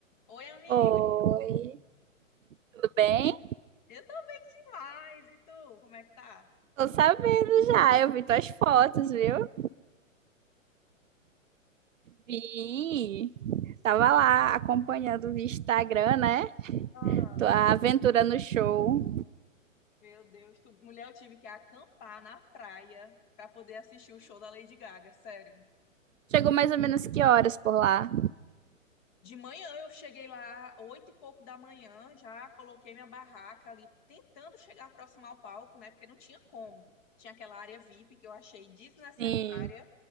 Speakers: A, on the left (about 35°); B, on the right (about 70°).
A: Oi, amiga.
B: Oi, tudo bem?
A: Eu tô bem demais. E tu, como é que tá?
B: Tô sabendo já, eu vi tuas fotos, viu? Vi. Tava lá acompanhando via Instagram, né?
A: Mentira!
B: Tua aventura no show.
A: Meu Deus, tu, mulher, eu tive que acampar na praia pra poder assistir o show da Lady Gaga, sério.
B: Chegou mais ou menos que horas por lá?
A: De manhã eu cheguei lá, oito e pouco da manhã, já coloquei minha barraca ali, tentando chegar próximo ao palco, né? Porque não tinha como. Tinha aquela área VIP que eu achei desnecessária.
B: Sim.